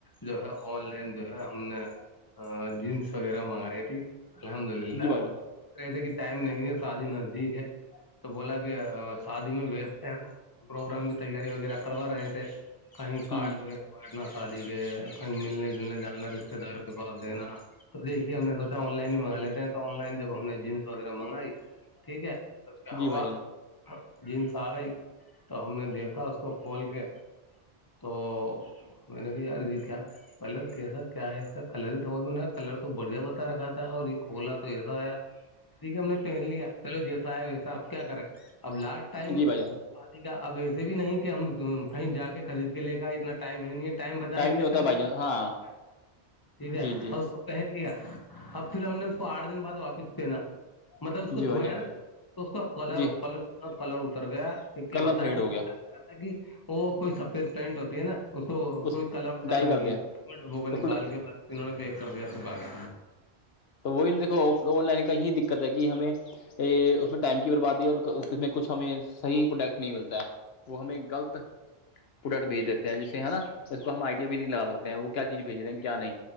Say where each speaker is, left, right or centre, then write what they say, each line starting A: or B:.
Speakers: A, on the left; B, on the left.
A: جو ہے آن لائن جو ہے ہم نے جینس وغیرہ منگائی تھی الحمد للہ
B: جی بھائی جان
A: سوچ رہے تھے کہ ٹائم نہیں ہے شادی نزدیک ہے تو بولا کہ شادی میں بیس تھے ہم پروگرام کی تیاری وغیرہ کروا رہے تھے کہیں کارڈ
B: ہ
A: وغیرہ بانٹنا شادی کے کہیں ملنے جلنے جانا رشتے داروں کے پاس دینا تو دیکھیے ہم نے سوچا آن لائن ہی منگا لیتے ہیں تو آن لائن جب ہم نے جینس وغیرہ منگائی ٹھیک ہے تب کیا
B: جی
A: ہوا
B: بھائی جان
A: جینس آ گئی تو ہم نے دیکھا اس کو کھول کے تو میں نے کہ یار گی تھا کلر کیسا کیا ہے اس کا کلر ہی سمجھ میں نا کلر تو بڑھیا بتا رکھا تھا اور یہ کھولا تو ایسا آیا ٹھیک ہے ہم نے پہن لیا چلو جیسا آیا ویسا اب کیا کریں اب لاسٹ ٹائم
B: جی بھائی
A: شادی
B: جان
A: اب ایسے بھی نہیں کہ ہم کہیں جا کے خرید کے لے کےئے اتنا ٹائم ہے نہیں ٹائم بچانے
B: نہیں
A: کے
B: ہوتا
A: چکر
B: بھائی
A: میں ت
B: جان
A: نے وہ
B: ہاں
A: ڈر منگایا تھا ٹھیک ہے
B: جی جی
A: اور اس کو پہن لیا اب پھر ہم نے اس کو آٹھ دن بعد واپس پہنا مطلب اس کو
B: جی
A: دھویا
B: بھائی جان
A: نا جب تو اس کا کلر
B: جی
A: کلر کا کلر اتر گیا پھر کیا
B: کلر
A: بتیں
B: فیڈ ہو
A: لگ
B: گیا
A: رہا تھا کہ وہ کوئی سفید پینٹ ہوتی ہے نا اس
B: اس
A: کوئی کلر ہوتا
B: ڈائی
A: ہے رنگین
B: کر دیں
A: اس میں ڈبوں کا
B: اس
A: نکال
B: کو
A: کے بس نوں نے پےیک کر دیا سبح کے
B: تو وہی نا دیکو آن لائن کا یہی دقت ہے کہ ہمیں یہ اس میں ٹائم کی بربادی ہے اور اس میں کچھ ہمیں صحیح پروڈکٹ نہیں ملتا ہے وہ ہمیں غلط <unintelligible> پروڈکٹ بھیج دیتے ہیں جسے ہے نا اس کو ہم آئی
A: کے
B: یا بھی نہیں لگا سکتے ہیں وہ کیا چیز بھیج رہے ہیں کیا نہیں